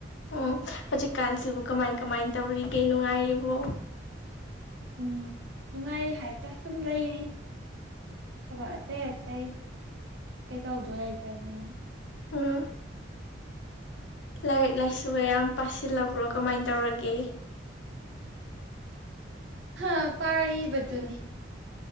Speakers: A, on the left; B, on the right.
A: ꯎꯝ ꯍꯧꯖꯤꯛꯀꯥꯟꯁꯤꯕꯨ ꯀꯃꯥꯏ ꯀꯃꯥꯏ ꯇꯧꯔꯤꯒꯦ ꯅꯨꯡꯉꯥꯏꯔꯤꯕꯣ
B: ꯎꯝ ꯅꯨꯡꯉꯥꯏꯔꯤ ꯍꯥꯏꯇꯥꯢ ꯁꯨꯝ ꯂꯩꯔꯤ ꯊꯕꯛ ꯑꯇꯩ ꯑꯇꯩ ꯀꯩꯇꯧꯗꯧ ꯂꯩꯇꯥꯃꯤꯅ
A: ꯑꯥ ꯂꯥꯏꯔꯤꯛ ꯂꯥꯏꯁꯨꯒ ꯌꯥꯝ ꯄꯥꯁꯤꯜꯂꯥꯕ꯭ꯔꯣ ꯀꯃꯥꯏꯅ ꯇꯧꯔꯒꯦ
B: ꯍꯥ ꯄꯥꯔꯤꯕꯗꯨꯅꯤ